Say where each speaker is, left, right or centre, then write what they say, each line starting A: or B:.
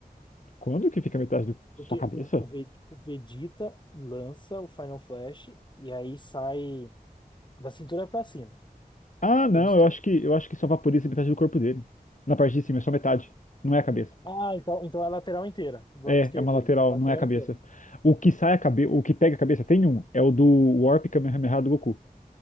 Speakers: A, on the left; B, on the left.
A: Quando que fica metade do sua
B: Porque
A: cabeça?
B: o, o Ve- o Vegeta lança o Final Flash e aí sai. Da cintura pra cima.
A: Ah, não,
B: Ele estra-
A: eu acho que eu acho que só vaporiza metade do corpo dele. Na parte de cima, é só metade. Não é a cabeça.
B: Ah, então, então é a lateral inteira, do
A: É,
B: lado esquerdo
A: é uma
B: dele.
A: lateral,
B: Lateral
A: não é a cabeça.
B: inteira.
A: O que sai a cabeça, o que pega a cabeça, tem um, é o do Warp Kamehameha do Goku.